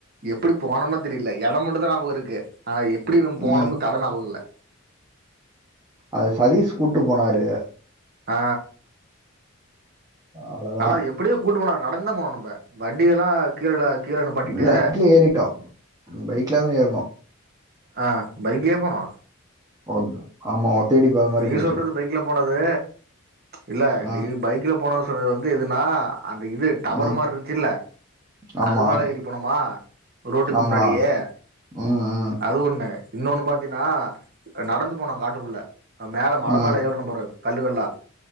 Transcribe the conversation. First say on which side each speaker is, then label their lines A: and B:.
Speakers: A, on the right (about 45°); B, on the right (about 15°).
A: எப்டி போனோம்னே தெரியல எடோ மட்டுந்தா ஞாபகோ இருக்கு ஆனா எப் டி நம்ம போனோம்னு
B: ம்.
A: தடோ ஞாபகோ இல்ல
B: அது சதீஷ் கூட்டு போனாரு
A: ஆ
B: அவ்வளோதான்.
A: ஆனா எப்டியோ கூப்டு போனாரு நடந்துதா போனு நம்ம வண்டியெல்லா கீழனா கீழதா நிப்பாட்டிட்டு
B: இல்ல பைக்ல ஏறிட்டோம். பைக்ல தான் ஏறணும்.
A: ஆ பைக்லே போனோ
B: ஒ ஆமா ஒத்தையடி பாதை மாரி
A: நீ
B: போச்சு.
A: சொல்றது பைக்ல போனது இல்ல
B: ம்.
A: நீ பைக்ல போனது அது வந்து எதுனா அந்த இது டவர்
B: ம்.
A: மாரி இருந்துச்சுல்ல
B: ஆமா
A: அது மேலே ஏறி போனுமா ரோட்டுக்கு
B: ஆமா
A: முன்னாடியே
B: ம் ம்
A: அது ஒன்னு இன்னோனு பாத்தீங்கனா நடந்து போனோ காட்டுக்குள்ள மேல மல
B: ம்
A: மேல ஏறணு பாரு கல்லுகல்லா